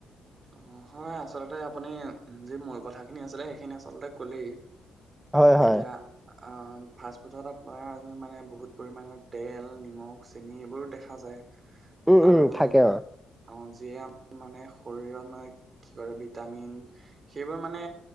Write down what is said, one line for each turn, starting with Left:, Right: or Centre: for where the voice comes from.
Right: হয় অ হয় আচলতে আপুনি যি মূল কথাখিনি আছিলে সেইখিনি আচলতে ক'লেই
Centre: হয় হয়
Right: এতিয়া আহ ফাষ্টফুডত আপোনাৰ মানে বহুত পৰিমাণৰ তেল নিমখ চেনি এইবোৰো দেখা যায়
Centre: উম
Right: আৰু
Centre: উম থাকে অ
Right: অ যিয়ে মানে শৰীৰত মানে কি কৰে ভিটামিন সেইবোৰ মানে